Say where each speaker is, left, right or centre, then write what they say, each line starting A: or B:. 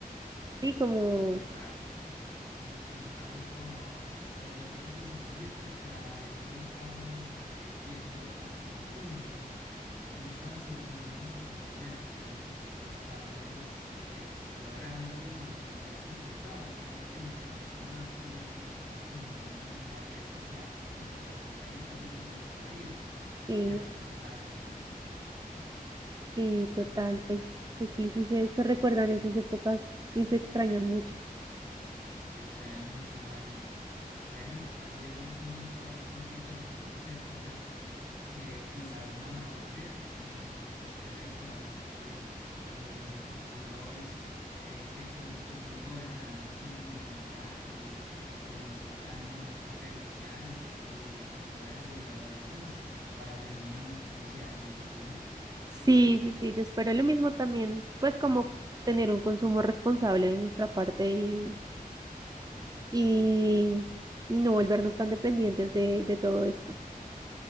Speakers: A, on the right; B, on the right.
A: Sí, como,
B: Exacto, sí. Nos, nos estamos como volviendo autosuficientes, pero a la vez no estamos eh, yendo a- al punto, ¿no? No estamos solucionando nuestros problemas, solo estamos eh, explorándolos en los lugares equivocados, sabiendo que el Internet es tan amplio y estamos concentrándonos en las redes sociales porque a partir de ahí está girando nuestra vida
A: sí,
B: ya resulta algo complicado.
A: sí, total, pues, pues sí, sí se, se recuerdan esas épocas y se extrañan mucho.
B: Se extrañan mucho, Mari. Bueno, ha sido un gusto hablar contigo sobre esas épocas que quizás no van a volver y espero de corazón que en futuros, eh, que, que los futuros gobernantes tengan en cuenta el, el potencial daño de estas redes sociales y, y de los celulares y de las adicciones para tener una mejor sociedad en un futuro.
A: Sí, sí, sí, yo espero lo mismo también, pues como tener un consumo responsable de nuestra parte y, y no volvernos tan dependientes de, de todo esto.